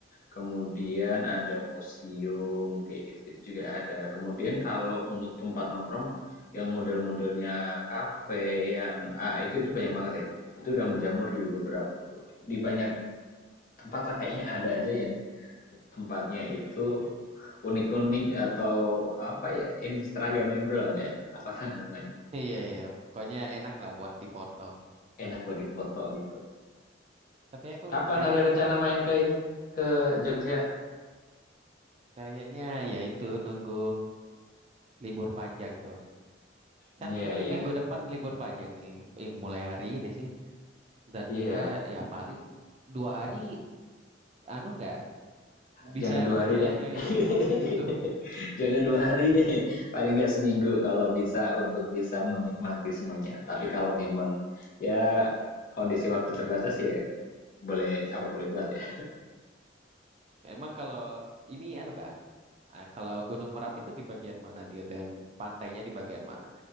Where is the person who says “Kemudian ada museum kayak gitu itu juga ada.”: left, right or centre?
Left